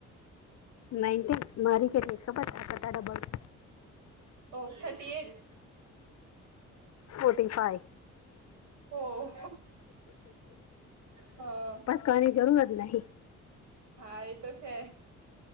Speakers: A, on the left; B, on the right.
A: નાઈન્ટીન? મારી કેટલી છ ખબર છ? આ તો તારો <inaudible>
B: ઓહ થર્ટી એઈટ.
A: Forty five.
B: ઓહ, હા.
A: <unintelligible> જરૂરત નહીં.
B: હા એ તો છે.